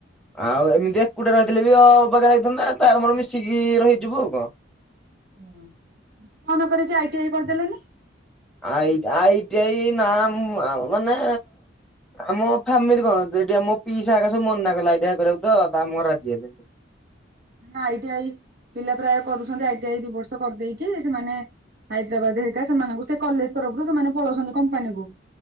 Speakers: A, in the centre; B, on the right.
A: ଆଉ ଏମିତି ଏକୁଟିଆ ରହିଥିଲେ ବି ଆଉ। <unintelligible> ନ୍ତା ତାର ମୋର ମିଶିକି ରହିଯିବୁ ଆଉ କଣ।
B: ହ କଣ କରିଛି ଆଇଟି ଆଇ କରିଦେଲେନି।
A: ଆଇ ଆଇଟିଇ ନାମ ମାନେ। ଆମ ଫେମିଲି କଣ ଆମ ପିଇସା ହେଇକା ସବୁ ମନା କଲେ ଆଇ ଟି ଆଇ କରିବାକୁ ତ ଆମ ଘର ରାଜି ହେଲେନି।
B: ଆଇଟି ଆଇ ପିଲା ପ୍ରାୟ କରୁଛନ୍ତି। ଆଇଟି ଆଇ ଦି ବର୍ଷ କରିଦେଇକି ସେମାନେ। ହାଇଦ୍ରାବାଦ ହେରିକା ସେମାନଙ୍କୁ ସେ କଲେଜ ତରଫରୁ ସେମାନେ ପଳଉଛନ୍ତି କମ୍ପାନୀ କୁ।